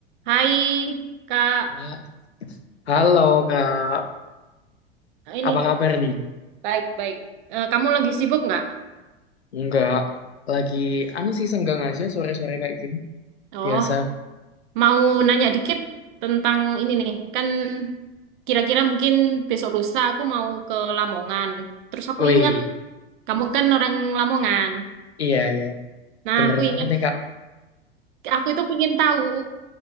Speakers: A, on the right (about 50°); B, on the left (about 85°).
A: Hai, Kak.
B: Kak. Halo Kak,
A: Ini
B: apa kabar nih?
A: baik-baik. Eh, kamu lagi sibuk nggak?
B: Enggak, lagi anu sih senggang aja sore-sore kayak gini.
A: Oh,
B: Biasa.
A: mau nanya dikit tentang ini nih. Kan kira-kira mungkin besok lusa aku mau ke Lamongan. Terus aku
B: Wih,
A: ingat kamu kan orang Lamongan.
B: iya iya,
A: Nah,
B: bener
A: aku
B: banget
A: ingat
B: nih Kak.
A: aku itu ingin tahu